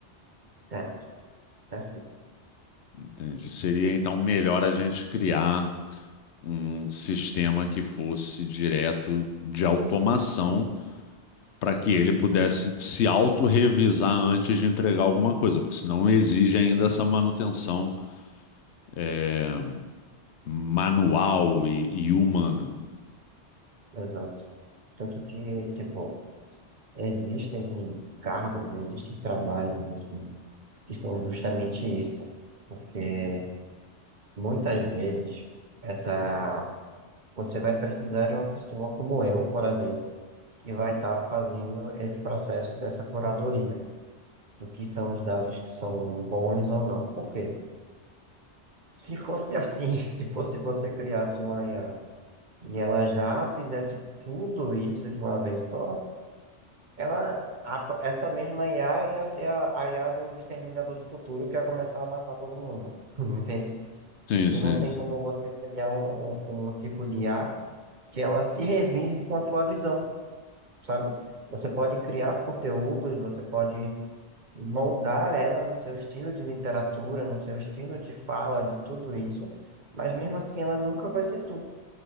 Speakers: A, on the right; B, on the left.
A: Certo, certo isso.
B: Entendi. Seria então melhor a gente criar um sistema que fosse direto de automação para que
A: Isso.
B: ele pudesse se autorrevisar antes de entregar alguma coisa, porque senão exige ainda essa manutenção é, manual e, e humana.
A: Exato. Tanto que, tipo, existem cargos, existem trabalhos, assim, que são justamente isso. Porque muitas vezes essa você vai precisar de uma pessoa como eu, por exemplo, que vai estar fazendo esse processo dessa curadoria. do que são os dados que são bons ou não. Por quê? Se fosse assim, <laughs> se fosse você criasse uma IA e ela já fizesse tudo isso de uma vez só, ela, a- essa mesma IA ia ser a, a IA do Exterminador do Futuro que ia começar a matar todo mundo. <laughs> Entende?
B: Sim,
A: Porque
B: sim.
A: não tem como você criar um, um, um tipo de IA que ela se revise com a tua visão, sabe? Você pode criar conteúdos, você pode moldar ela no seu estilo de literatura, no seu estilo de fala, de tudo isso, mas mesmo assim ela nunca vai ser tu.